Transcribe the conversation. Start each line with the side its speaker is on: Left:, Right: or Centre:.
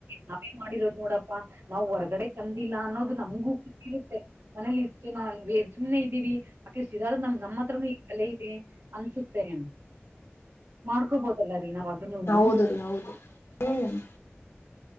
Right: ನಾವೇ ಮಾಡಿರೋದ್ ನೋಡಪ್ಪಾ ನಾವ್ ಹೊರಗಡೆ ತಂದಿಲ್ಲ ಅನ್ನೋದು ನಂಗುಗೊತ್ತಿರುತ್ತೆ. ಮನೇಲಿ ಇರ್ತೀವಿ ಸುಮನೆ ಇದ್ದೀವಿ ಅಟ್ಲೀಸ್ಟ್ ಇದಾದ್ರೂ ನಮ್ ಹತ್ರನು ಈ ಕಲೆ. <unintelligible> <unintelligible> ಅನ್ಸುತ್ತೆ ರೀ ಮಾಡ್ಕೋಬೋದಲ್ಲ ರೀ ನಾವ್. ಅದನ್ನುನು
Left: ಹೌದು ರೀ ಹೌದು ಹ್ಮ್.